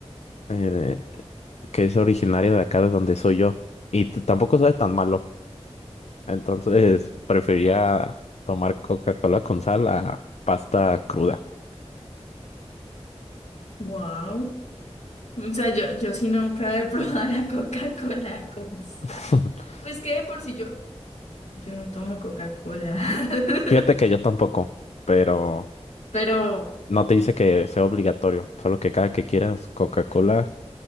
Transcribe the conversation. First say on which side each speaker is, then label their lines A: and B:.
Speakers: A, on the left (about 75°); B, on the left (about 80°).
A: eh, que es originaria de acá de donde soy yo. Y t- tampoco sabe tan malo. Entonces, prefería tomar Coca-Cola con sal a pasta cruda.
B: Wow. O sea, yo, yo sí nunca he <laughs> probado la Coca-Cola con sal.
A: <laughs>
B: Pues que de por si yo, yo no tomo Coca-Cola. <laughs>
A: Fíjate que yo tampoco, pero
B: Pero,
A: no te dice que sea obligatorio, solo que cada que quieras Coca-Cola.